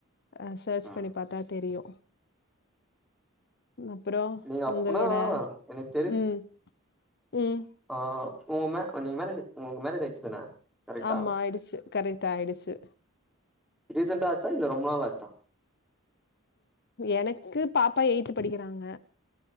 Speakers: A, on the left; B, in the centre.
A: அ சர்ச்
B: ம்.
A: பண்ணி பாத்தா தெரியு அப்பறோ
B: நீங்க அப்பனா
A: ஒங்களோட
B: எனக்கு
A: ம் ம்
B: அ ஒங்க மே நீங்க மேரேஜ் ஒங்குளுக் மேரேஜ் ஆயிருச்சு தான கரெக்டா
A: ஆமா ஆயிடுச்சு கரெக்ட்டு ஆயிடுச்சு
B: ரீசண்ட்டா ஆச்சா இல்ல ரொம்ப நாளாச்சா
A: எனக்கு பாப்பா எயித்து படிக்கிறாங்க